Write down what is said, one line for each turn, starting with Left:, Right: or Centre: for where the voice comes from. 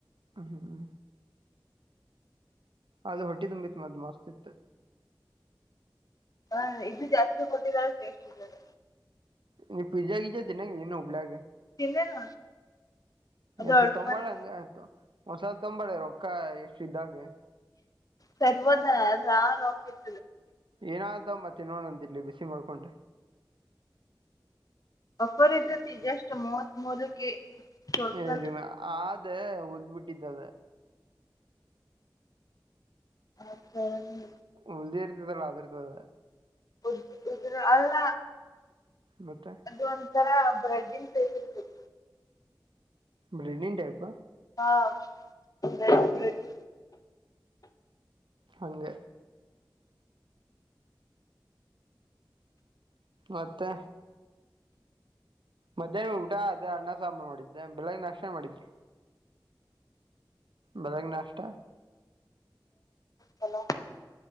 Right: ಹ್ಮ ಹ್ಮ ಹ್ಮ ಅದು ಹೊಟ್ಟಿ ತುಂಬಿತ್ ಅದು ಮತ್ ಮಸ್ತಿತ್.
Left: ಹ ಇದು ಜಾಸ್ತಿ ಕೊಟ್ಟಿದ್ದಾರೆ ಟೆಸ್ಟ್ ಇರ್ಲಿಲ್ಲ.
Right: ನೀನ್ ಪಿಜ್ಜಾ ಗಿಜ್ಜ ತಿನ್ನಗಿಲ್ಲೆನ್ ಹುಬ್ಳಿಯಾಗ್.
Left: ತಿಂದೇನು ಅದು
Right: ಎಸ
Left: ಆರ್ಡರ್
Right: ತಂಬಾಲ
Left: ಮಾಡಿ
Right: ಹಂಗ. ಒಂದ್ಸಲ ತೊಂಬಾ ರೊಕ್ಕಾಯ ಎಷ್ಟು ಇದ್ದಾಗೆ.
Left: ತರಬೋದ್ ಅದ್ರ ರೊಕ್ಕ ಇರ್ಲಿಲ್ಲ.
Right: ಏನಾದ್ರು ತೊಂಡ್ ಬಾ ತಿನ್ನೋಣನಂತ ಇಲ್ಲಿ ಬಿಸಿ ಮಾಡ್ಕೊಂಡ.
Left: ಆಫರ್ ಇರ್ತೇತಿ ಜಸ್ಟ್ ಮೂವತ್ತ್ ಮೂರಕ್ಕೆ ಟೋಟಲ್
Right: ಹ ಅದ್ <unintelligible>
Left: ಹಾಂ ಸರಿ.
Right: ಉಳ್ದಿರುತ್ತಾದಲ್ ಅದರ್ತದ.
Left: ಉಳ್ದಿರಾಧಲ್ಲ
Right: ಮತ್ತೆ
Left: ಅದು ಒಂಥರ ಬ್ರೆಡ್ಡಿನ ಟೈಪ್ ಇರ್ತಿತಿ.
Right: ಬ್ರೆಡಿನ್ ಟೈಪ್?
Left: ಹಾ ಬ್ರ್ರಡ್ ಬ್ರಡ್.
Right: ಹಂಗ. ಮತ್ತೆ. ಮಧ್ಯಾಹ್ನ ಊಟ ಅದ ಅನ್ನ ಸಾಂಬಾರು ಮಾಡಿದ್ದೆ ಬೆಳಗ್ಗೆ ನಾಷ್ಟ ಏನ್ ಮಾಡಿದ್ರಿ? ಬೆಳೆಗ್ಗೆ ನಾಷ್ಟಾ?
Left: ಪಲಾವ್.